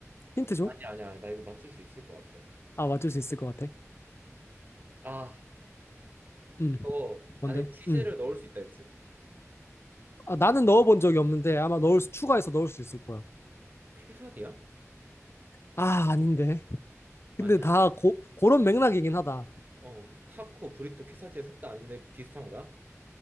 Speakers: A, on the left; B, on the right.
A: 힌트 줘.
B: 아니 아니 아니 나 이거 맞출 수 있을 것 같아
A: 아 맞출 수 있을 것 같아.
B: 아
A: 음.
B: 이거
A: 뭔데?
B: 안에 치즈를
A: 음.
B: 넣을 수 있다 했지?
A: 아 나는 넣어본 적이 없는데 아마 넣을 수 추가해서 넣을 수 있을 거야.
B: 퀘사디야?
A: 아 아닌데. 근데
B: 아니야?
A: 다 고, 그런 맥락이긴 하다.
B: 어 타코 브리또 퀘사디아 셋 다 아닌데 비슷한 거야?